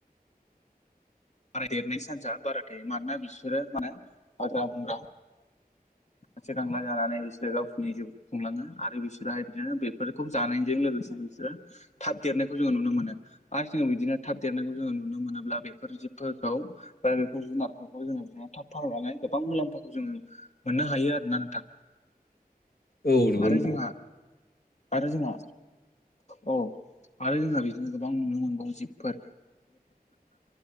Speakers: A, on the left; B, on the left.
A: बाराय देरनाय सान्सआ बारा थायो मानोना बिसोरो माने हाग्रा-बंग्रा गांसो-गांला जानानै बिसोरो गावसिनि जिउखौ खुंलाङो आरो बिसोरहाय बिदिनो बेफोरखौ जानायजों लोगोसेनो बिसोरो थाब देरनायखौ जोङो नुनो मोनो। आरो जोङो बिदिनो थाब देरनायखौ जोङो नुनो मोनोब्ला बेफोर जिबफोरखौ बा बेफोर जुनारफोरखौ जोङो बिदिनो थाब फाहरनानै गोबां मुलाम्फाखौ जोङो मोननो हायो आरो ना नोंथां
B: औ नंगौ
A: आरो
B: नोंथां
A: जोंहा आरो जोंहा औ आरो जोंहा बिदिनो गोबां नुनो मोनबावो जिबफोर